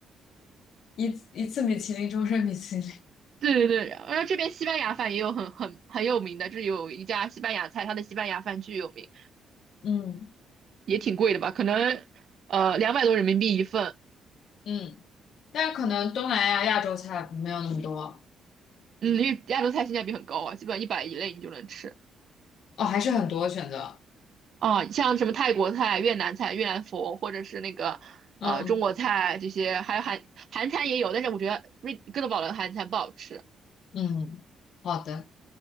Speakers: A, on the left; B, on the right.
A: 一一次米其林，终身米其林。
B: 对对对，然后这边西班牙饭也有很很很有名的，就是有一家西班牙菜，它的西班牙饭巨有名。
A: 嗯
B: 也挺贵的吧？可能呃两百多人民币一份。
A: 嗯，但是可能东南亚亚洲菜没有那么多
B: 嗯，因为亚洲菜性价比很高啊，基本上一百以内你就能吃
A: 哦，还是很多选择。
B: 啊。像什么泰国菜、越南菜、越南粉，或者是那个呃中国菜这些，
A: 嗯
B: 还有韩韩餐也有，但是我觉得瑞哥德堡的韩餐不好吃
A: 嗯，好的。